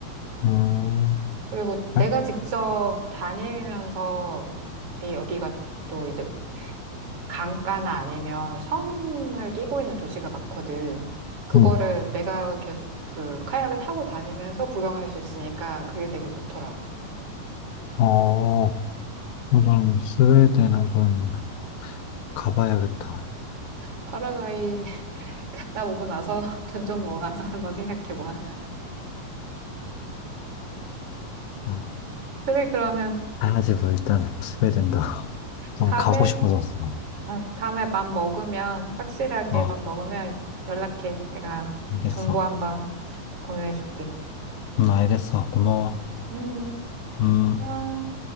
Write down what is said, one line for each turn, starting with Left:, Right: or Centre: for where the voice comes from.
Left: 음,
Right: 그리고
Left: 그래?
Right: 내가 직접 다니면서 이 여기가 또 이제 강가나 아니면 섬을 끼고 있는 도시가 많거든. 그거를
Left: 음,
Right: 내가 계속 그 카약을 타고 다니면서 구경할 수 있으니까 그게 되게 좋더라고.
Left: 어, 한번 스웨덴 한번 가봐야겠다.
Right: 파라과이 <laughs> 갔다 오고 나서 <laughs> 돈 좀 모아서 한번 생각해봐.
Left: 어,
Right: 그래, 그러면
Left: 가야지 뭐 일단 스웨덴도 <laughs> 좀
Right: 다음에,
Left: 가고 싶어졌어.
Right: 응, 다음에 밥 먹으면, 확실하게
Left: 어,
Right: 밥 먹으면 연락해. 내가
Left: 알겠어.
Right: 정보 한번 공유해줄게.
Left: 음, 알겠어. 고마워.
Right: 응. 응. 응.
Left: 음.
Right: 안녕.